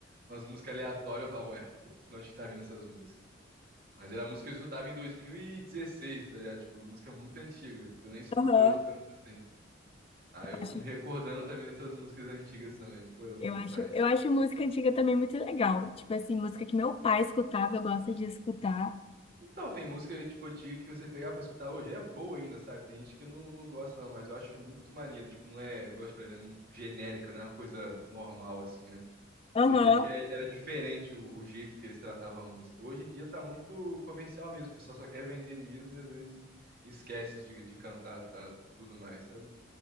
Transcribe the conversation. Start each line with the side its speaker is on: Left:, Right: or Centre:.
Right: umas músicas aleatórias, eu falo, ué, de onde que tá vindo essas músicas? Mas era a música que eu escutava em 2016, tá ligado? Tipo, música muito antiga, que eu nem escuto
Left: Aham.
Right: hoje tanto assim. Aí eu fico
Left: Acho-
Right: me recordando também dessas músicas antigas também. Pô, era bom
Left: Eu acho,
Right: demais.
Left: eu acho música antiga também muito legal. Tipo assim, música que meu pai escutava, eu gosto de escutar.
Right: Então, tem música, tipo, antiga que você pegar pra escutar hoje, é boa ainda, sabe? Tem gente que não, não gosta, não, mas eu acho muito maneiro. Tipo, não é, igual eu te falei, né? Genérica, não é uma coisa normal, assim, né?
Left: Aham.
Right: Você vê que é- era diferente o, o jeito que eles tratavam a música. Hoje em dia tá muito comercial mesmo, o pessoal só quer vender mesmo e às vezes esquece de, de cantar, tá, tudo mais, sabe?